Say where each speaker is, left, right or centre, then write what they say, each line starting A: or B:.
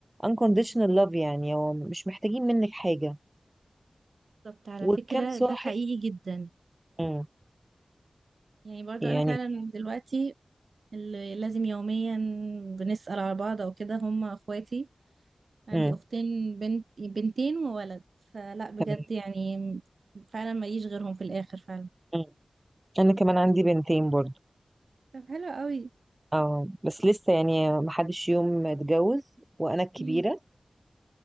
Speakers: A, on the right; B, on the right.
A: unconditional love يعني هو مش محتاجين منك حاجة
B: بالظبط على
A: وكم
B: فكرة
A: صاحب
B: ده حقيقي جدا
A: مم.
B: يعني برضو
A: يعني
B: انا فعلا دلوقتي اللي لازم يوميا بنسأل على بعض او كده هم اخواتي عندي
A: مم.
B: اختين بنت بنتين وولد فلا بجد
A: تمام
B: يعني فعلا ماليش غيرهم في الاخر فعلا
A: مم. انا كمان عندي بنتين برضو
B: طب حلو قوي
A: اه بس لسه يعني ما حدش يوم اتجوز وانا الكبيرة
B: مم.